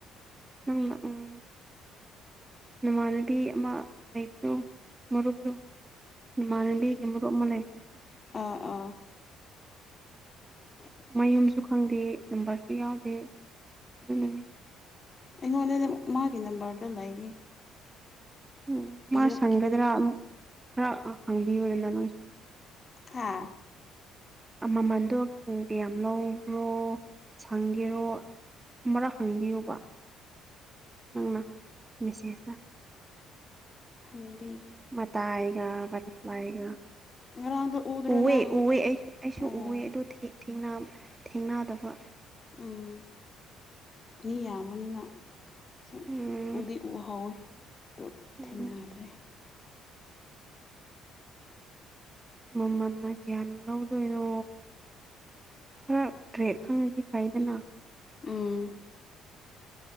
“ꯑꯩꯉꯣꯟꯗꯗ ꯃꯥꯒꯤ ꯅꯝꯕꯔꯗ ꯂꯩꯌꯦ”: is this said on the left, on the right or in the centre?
Left